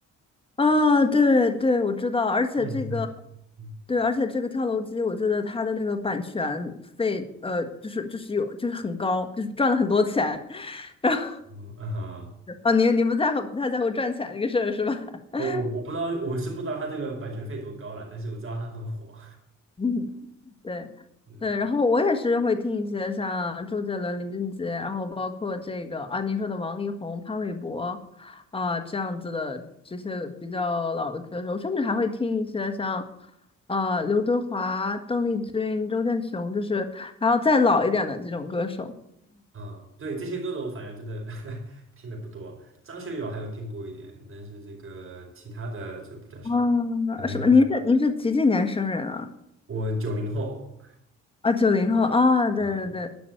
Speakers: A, on the left; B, on the right.
A: 啊，对对，我知道，而且这个
B: 哦，你知道？嗯
A: 对，而且这个跳楼机，我记得它的那个版权费，呃，就是就是有就是很高，就是赚了很多钱。<laughs> 然后
B: 嗯啊哈，
A: 啊，你你不在乎不太在乎赚钱这个事儿是吧？<laughs>
B: 我我我不知道，我是不知道他这个版权费多高了，但是我知道他很火。
A: 嗯。对，
B: 嗯
A: 对，然后我也是会听一些像周杰伦、林俊杰，然后包括这个啊，您说的王力宏、潘玮柏啊、这样子的这些比较老的歌手，甚至还会听一些像呃刘德华、邓丽君、周建雄，就是还要再老一点的这种歌手。
B: 啊，对，这些歌手我反正真的 <laughs> 听的不多，张学友还有听过一点，但是这个其他的就比较少，
A: 啊，
B: 可能
A: 什么？您是您是几几年生人啊？
B: 我九零后。
A: 啊，九零后啊，对对对，
B: 啊